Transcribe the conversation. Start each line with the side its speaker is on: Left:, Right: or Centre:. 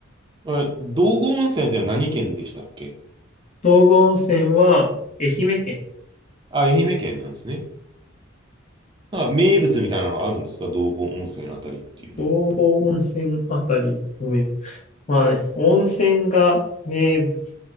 Right: あ、道後温泉って何県でしたっけ
Left: 道後温泉は、愛媛県。
Right: あ、愛媛県なんですね。なんか名物みたいなのあるんですか道後温泉あたりっていうの
Left: 道後温泉あたりの名、まあね、温泉が名物って